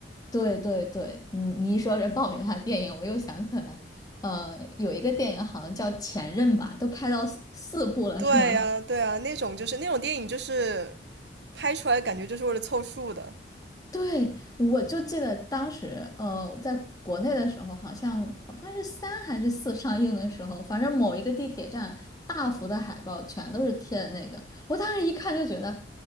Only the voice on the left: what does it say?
对对对，嗯，你一说这爆米花电影，我又想起来，呃，有一个电影好像叫《前任》吧，都拍到四四部了，
是吗？
对，我就记得当时，呃，在国内的时候，好像好像是三还是四上映的时候，反正某一个地铁站大幅的海报全都是贴的那个，我当时一看就觉得，